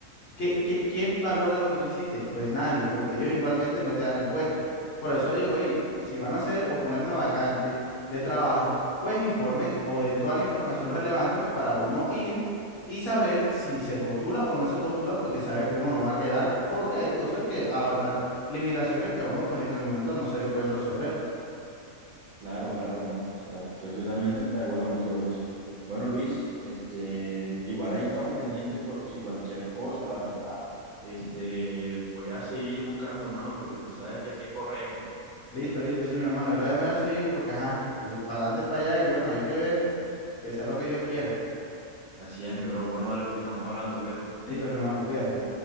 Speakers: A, on the left; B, on the right.
A: ¿Qué, qué- quién valora lo que tú hiciste? Pues nadie, porque ellos igualmente no te dan el puesto. Por eso digo, hey, si van a hacer o poner una vacante de trabajo, pues informen o den toda la información relevante, pues para uno ir y saber si se postula o no se postula, porque sabe que uno no va a quedar, porque hay cosas que, a- a- limitaciones que a uno pues en el momento no se le pueden resolver.
B: Claro, claro, no. Está, estoy totalmente de acuerdo contigo, Luis. Bueno, Luis, este, igual ahí estamos pendientes por si cualquier cosa, la verdad. Este, voy a seguir buscando, hermano, porque tú sabes que el tiempo apremia.
A: Listo, listo, sí, mi hermano, yo también voy a seguir porque, ajá, para adelante, para allá y bueno, hay que ver, que sea lo que Dios quiera.
B: Así es, mi bro. Bueno, dale, papi, estamos hablando, cuídate.
A: Listo, mi hermano, cuídate.